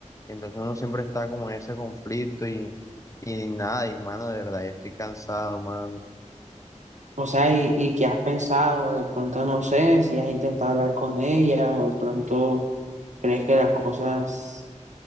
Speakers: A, on the left; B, on the right.
A: y entonces uno siempre está como en ese conflicto y, y nada, y mano, de verdad, ya estoy cansado, mano.
B: O sea, ¿y, y qué has pensado? De pronto no sé si has intentado hablar con ella o de pronto crees que las cosas